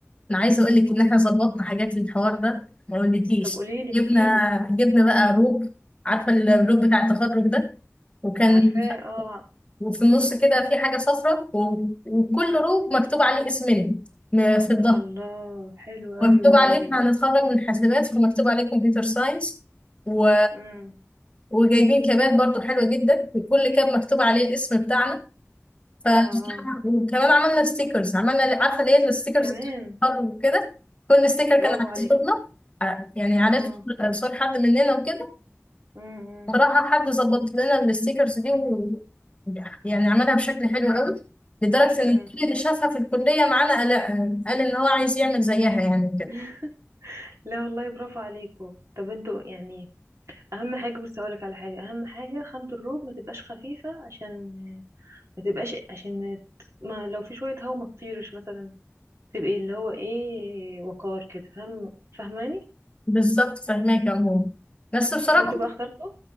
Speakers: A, on the left; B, on the right.
A: انا عايزه اقول لك ان احنا ظبطنا حاجات للحوار ده ما اقولكيش
B: طب قولي لي احكي
A: جبنا
B: لي
A: جبنا بقى روب عارفه الروب بتاع التخرج ده وكان
B: عارفاه اه
A: وفي النص كده في حاجه صفراء و... وكل روب مكتوب عليه اسمنا م- في الظهر
B: الله حلو قوي
A: مكتوب
B: والله
A: عليه هنتخرج
B: ده
A: من حاسبات ومكتوب عليه كمبيوتر ساينس و...
B: امم
A: وجايبين كابات برضو حلوه جدا وكل كاب مكتوب عليه الاسم بتاعنا ف
B: اه اه
A: وكمان عملنا ستيكرز عملنا عارفه اللي هي الستيكرز
B: كمان
A: وكده كل ستيكر
B: برافو
A: كان عليه
B: عليكم
A: صورنا ع- يعني عليه
B: اه
A: صور حد مننا وكده
B: امم
A: بصراحه حد ظبط لنا الستيكرز دي و... يعني عملها بشكل حلو قوي لدرجه
B: امم
A: ان كل اللي شافها في الكليه معانا قال قال ان هو عايز يعمل زيها يعني كده
B: <laughs> لا والله برافو عليكم طب انتوا يعني اهم حاجه بس اقولك على حاجه اهم حاجه خامه الروب ما تبقاش خفيفه عشان ما تبقاش عشان ما, ت- ما لو في شويه هوا ما تطيرش مثلا تبقي اللي هو ايه وقار كده فاهم فاهماني
A: بالظبط فهماك يا عموما بس بصراحه
B: فانتوا بقى اخترتوا